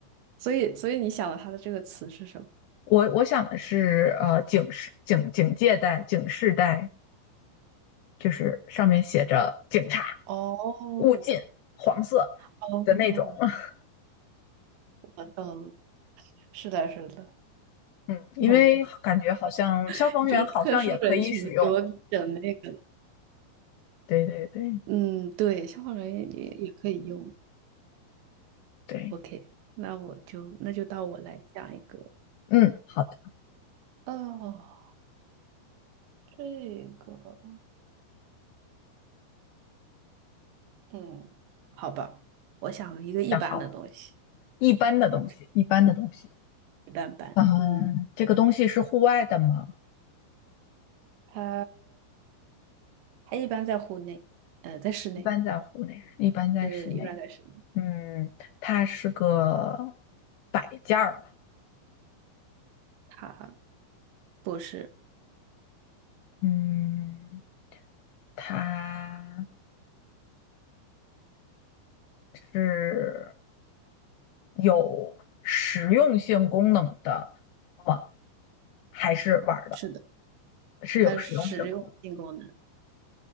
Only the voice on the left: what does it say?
我我想的是，呃，警示警警戒带、警示带，就是上面写着“警察
勿近”黄色
的那种。<laughs>
嗯，因为感觉好像消防员好像也可以使用。
对对对
对，
嗯，好的，
想好了。一般的东西，
一般的东西。
嗯，
这个东西是户外的吗？
一般在户内，一般在室内。
嗯，它是个摆件儿嘛。
嗯，它。是有实用性功能的吗？还是玩儿的？
是有实用性功能。